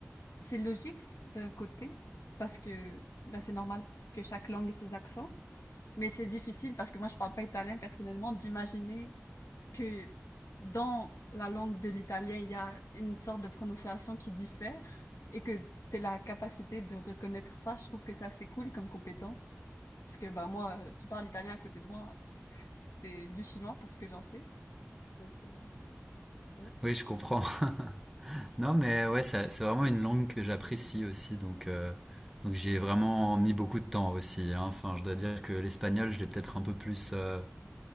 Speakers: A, on the left; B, in the centre.
A: c'est logique d'un côté, parce que bah, c'est normal que chaque langue ait ses accents. Mais c'est difficile parce que moi, je parle pas italien personnellement, d'imaginer que dans la langue de l'italien, il y a une sorte de prononciation qui diffère et que tu as la capacité de reconnaître ça, je trouve que c'est assez cool comme compétence. Parce que bah, moi, euh, tu parles italien à côté de moi, c'est du chinois pour ce que j'en sais. Donc, euh, ouais.
B: Oui, je comprends. <laughs> non, mais ouais, ça- c'est vraiment une langue que j'apprécie aussi, donc, euh, donc j'y ai vraiment mis beaucoup de temps aussi. hein. Enfin, je dois dire que l'espagnol, je l'ai peut-être un peu plus. euh,